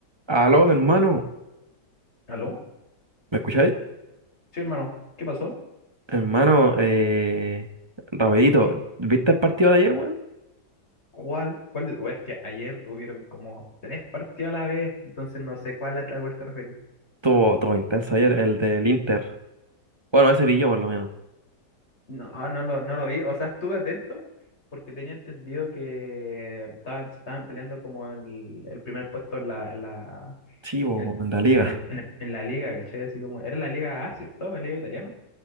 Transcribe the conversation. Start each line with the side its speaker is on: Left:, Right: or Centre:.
Right: Aló, hermano,
Left: ¿Aló?
Right: ¿me escucháis?
Left: Sí, hermano. ¿Qué pasó?
Right: Hermano, eh, rapidito, ¿viste el partido de ayer, weón?
Left: ¿Cuál? ¿Cuál de... o es que ayer hubieron como tres partidos a la vez, entonces no sé cuál a tal cual te referís.
Right: Todo, todo intenso ayer, el del Inter. Bueno, ese vi yo por lo menos.
Left: No, no lo, no lo vi. O sea, estuve atento porque tenía entendido que estaban, se estaban peleando como el, el primer puesto en la, en la,
Right: Sí, bo,
Left: en el-
Right: en la liga.
Left: en el- en el- en la liga, ¿cachai? Así como, era la Liga A, ¿cierto? La Liga italiana.